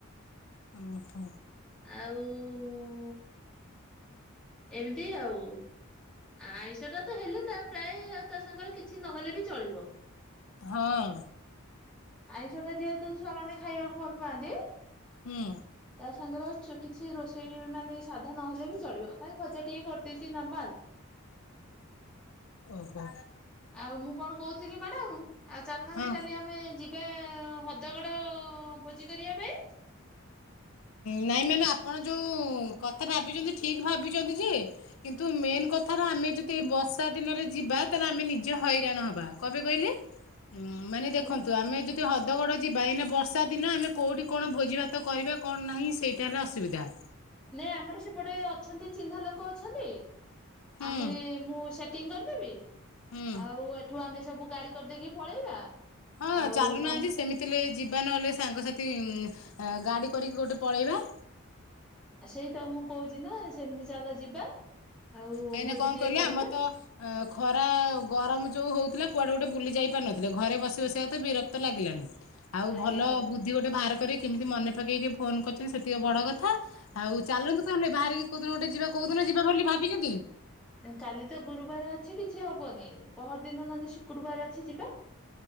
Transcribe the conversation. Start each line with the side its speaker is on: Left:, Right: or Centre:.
Left: ଓ ହ
Centre: ଆଉ। ଏମିତି ଆଉ। ଆଇଁଷ ଟା ତ ହେଲେ ତା ପ୍ରାୟ ଆଉ ତା ସାଙ୍ଗରେ କିଛି ନହେଲେ ବି ଚଳିବ।
Left: ହଁ।
Centre: ଆଇଁଷ ଟା ଯେହେତୁ ଛୁଆମାନେ ଖାଇବାକୁ ଭଲ ପାଆନ୍ତି।
Left: ହୁଁ।
Centre: ତା ସାଙ୍ଗରେ କିଛି ରୋଷେଇ ମାନେ ସାଧା ନହେଲେ ବି ଚଳିବ ଖାଲି ଭଜା ଟିକେ କରିଦେଇଛି ନର୍ମାଲ।
Left: ଓ ହୋ।
Centre: ଆଉ ମୁଁ କଣ କହୁଥିଲି କି ମ୍ୟାଡ଼ାମ ଆଉ ଚାଲିନାହାନ୍ତି
Left: ହଁ
Centre: କାଲି ଆ ଆମେ ଯିବା ହଦଗଡ଼ ଭୋଜି କରିବା ପାଇଁ।
Left: ନାଇଁ ମ୍ୟାଡା଼ମ୍ ଆପଣ ଯୋଉ କଥା ଭାବିଛନ୍ତି ଠିକ୍ ଭାବିଛନ୍ତି ଯେ। କିନ୍ତୁ ମେନ୍ କଥା ରା ଆମେ ଯଦି ଏ ବର୍ଷା ଦିନରେ ଯିବା ତାହେଲେ ଆମେ ନିଜେ ହଇରାଣ ହବା। କଣ ପାଇଁ କହିଲେ ମାନେ ଦେଖନ୍ତୁ
Centre: ଆଜ୍ଞା।
Left: ଆମେ ଯଦି ହଦଗଡ଼ ଯିବା ଏଇନା ବର୍ଷା ଦିନ ଆମେ କୋଉଠି କଣ ଭୋଜି ଭାତ କରିବା। କଣ ନାହିଁ ସେଇଟା ହେଲା ଅସୁବିଧା।
Centre: ନାଇଁ ଆମର ସେପଟେ ଅଛନ୍ତି ଚିହ୍ନା ଲୋକ ଅଛନ୍ତି
Left: ହୁଁ
Centre: ଆମେ ମୁଁ ସେ ସେଟିଂ କରିଦେବି
Left: ହୁଁ
Centre: ଆଉ ଏଠୁ ଆମେ ସବୁ ଗାଡ଼ି କରିଦେଇକି ପଳେଇବା।
Left: ହଁ
Centre: ଆଉ
Left: ଚାଲୁନାହାନ୍ତି
Centre: ତମ
Left: ସେମିତି ଥିଲେ ଯିବା ନହେଲେ ସାଙ୍ଗସାଥି ଗାଡ଼ି କରିକି ଗୋଟେ ପଳେଇବା।
Centre: ସେଇତ ମୁଁ କହୁଛି ନା ସେମିତି ଚାଲ ଯିବା। ଆଉ
Left: କାହିଁକିନା
Centre: ଭୋଜି
Left: କଣ
Centre: ଟିକେ
Left: କହିଲେ
Centre: କରିବା।
Left: ଆମର ତ ଅ ଖରା ଗରମ ଯୋଉ ହଉଥିଲା କୁଆଡେ ଗୋଟେ ବୁଲି ଯାଇ ପାରୁନଥିଲେ ଘରେ ବସି ବସିବା କଥା ବିରକ୍ତ ଭତ ଲାଗିଲାଣି ଆଉ
Centre: ଆଜ୍ଞା
Left: ଭଲ
Centre: ଆଜ୍ଞା।
Left: ବୁ ଦି ଗୋଟେ ବାହାର କରିିକି କେମିତି ମନେ ପକେଇକି ଫୋନ କରିଛନ୍ତି ସେତିକି ବଡ଼ କଥା ଆଉ ଚାଲନ୍ତୁ ତାହେଲେ ବାହାରିକି କୋଉ ଦିନ ଗୋଟେ ଯିବା କୋଉ ଦିନ ଯିବା ବୋଲି ଭାବିଛନ୍ତି
Centre: କାଲି ତ ଗୁରୁବାର ଅଛି କିଛି ହବନି ପହର ଦିନ ନହେଲେ ଶୁକ୍ରବାର ଅଛି ଯିବା